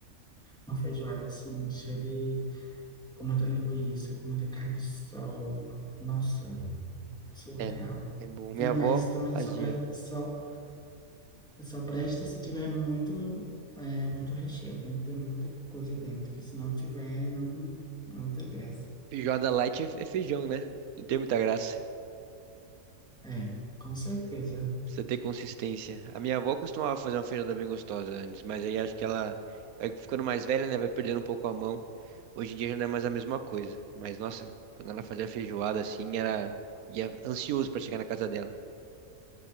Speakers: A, in the centre; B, on the right.
A: uma feijoada, assim, cheia de... com muita linguiça, com muita carne de sol. Nossa, surreal.
B: É, é bom. Minha
A: Tem
B: avó
A: mais também
B: fazia.
A: só, pra, só Só presta se tiver muito, é, muito recheio. Tem que ter muita coisa dentro, que se não tiver, não, não tem graça.
B: Feijoada light é é feijão, né? Não tem muita graça.
A: É, com certeza.
B: Precisa ter consistência. A minha avó costumava fazer uma feijada bem gostosa antes, mas aí acho que ela vai ficando mais velha, né? Vai perdendo um pouco a mão. Hoje em dia já não é mais a mesma coisa. Mas nossa, quando ela fazia feijoada assim, era ia ansioso pra chegar na casa dela.